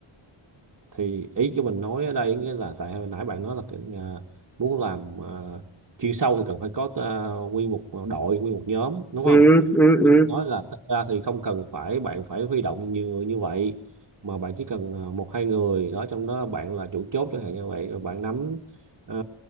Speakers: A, on the right (about 40°); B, in the centre.
A: thì ý của mình nói ở đây nghĩa là tại hồi nãy bạn nói là cái nhà, muốn làm à, chuyên sâu thì cần phải có à, nguyên một đội nguyên một nhóm đúng
B: ừ,
A: không
B: ừ, ừ,
A: nói là thật ra thì không cần phải bạn phải huy động nhiều người như vậy mà bạn chỉ cần à, một hai người đó trong đó bạn là chủ chốt chẳng hạn như vậy rồi bạn nắm ờ,